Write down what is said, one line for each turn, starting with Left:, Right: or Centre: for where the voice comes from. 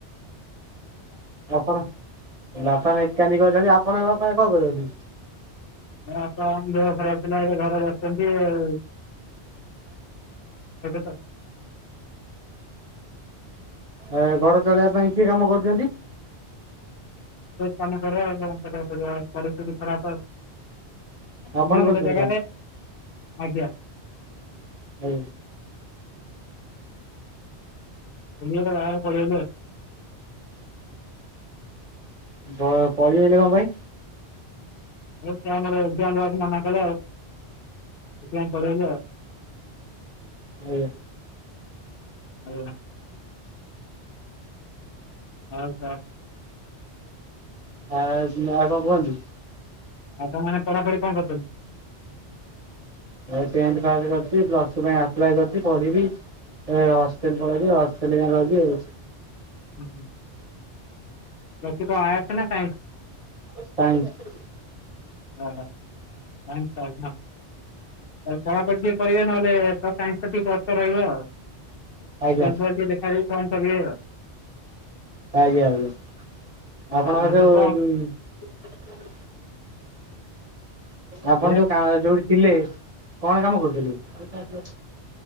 Right: ଆପଣ ବାପା ମେକାନିକ୍ ଅଛନ୍ତି, ଆପଣଙ୍କ ବାପା କଣ କରୁଛନ୍ତି।
Left: ବାପା ଦେହ ଖରାପ ଥିଲା ଏ ଘରେ ବସିଛନ୍ତି ଆଉ <inaudible> <inaudible>
Right: ଏ ଘର ଚଳେଇବା ପାଇଁ କିଏ କାମ କରୁଛନ୍ତି।
Left: କାମ କରିବା କରିବାକୁ ପଡିବ ଆଉ ପରିସ୍ଥିତି ଖରାପ ଆଉ।
Right: ଆପଣ
Left: କିନ୍ତୁ
Right: କରୁଛନ୍ତି
Left: ଗୋଟେ ଜାଗାରେ
Right: କାମ
Left: ଆଜ୍ଞା।
Right: ହଉ।
Left: <unintelligible>
Right: ପ ପଳେଇଗଲେ କଣ ପାଇଁ?
Left: <inaudible> ମନା କଲେ ଆଉ। ସେଥିପାଇଁ ପଳେଇଲେ ଆଉ।
Right: ହୁଁ।
Left: ଆଜ୍ଞା। ଆଉ କଣ।
Right: ଆ ଆଉ କଣ କୁହନ୍ତୁ।
Left: ଆପଣ ମାନେ ପଢ଼ା ପଢ଼ି କଣ କରୁଛନ୍ତି।
Right: ମୁଁ ଟେନ୍ଥ ପାସ୍ କରିଛି ପ୍ଲଷ୍ଟୁ ପାଇଁ ଆପ୍ଲାଏ କରିଛି ପଢିବି। ଏ ହଷ୍ଟେଲ ପଳେଇବି ହଷ୍ଟେଲ ଯାଇ ରହିବି ଆଉ।
Left: ହୁଁ। କିଦୁ ଆଡ୍ସ୍ ନା ସାଇନ୍ସ।
Right: ସାଇନ୍ସ।
Left: ଅହ କଣ କରିବା ପଢା ପଢି ଟିକେ କରିବା ନହେଲେ। ଟିକେ ସାଇନ୍ସ ଟା କଷ୍ଟ ରହିବ ଆଉ
Right: ଆଜ୍ଞା
Left: ବହି ଫଇ ଟିକେ ଦେଖା ଦୁଖି କଣ କରିବା।
Right: ଆଜ୍ଞା ଆଜ୍ଞା ଆପଣଙ୍କର
Left: ଆପଣଙ୍କ
Right: ଯୋଉ
Left: କଣ
Right: ଆପଣ
Left: ଏବେ
Right: ଯୋଉ କା ଯୋଉଠି ଥିଲେ କଣ କାମ କରୁଥିଲେ।